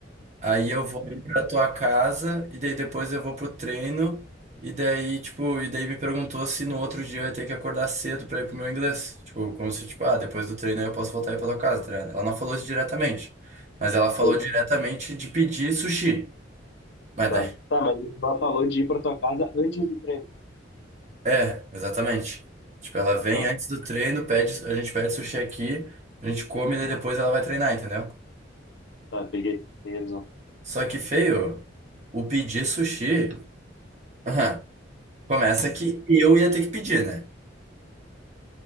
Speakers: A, on the right (about 40°); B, on the left (about 65°).
A: Aí eu vou ir pra tua casa e daí depois eu vou pro treino e daí, tipo, e daí me perguntou se no outro dia eu ia ter que acordar cedo pra ir pro meu inglês. Tipo, como se, tipo, ah, depois do treino aí eu posso voltar aí pra tua casa, tá ligado? Ela não falou isso diretamente, mas ela falou
B: entendi.
A: diretamente de pedir sushi. Mas
B: tá.
A: daí,
B: Tá, mas ela falou de ir pra tua casa antes do treino.
A: é, exatamente. Tipo, ela vem
B: Tá,
A: antes do treino, pede, a gente pede sushi aqui, a gente come né depois ela vai treinar, entendeu?
B: tá, peguei. Peguei a visão.
A: Só que, feio, o pedir sushi, aham, começa que eu ia ter que pedir, né?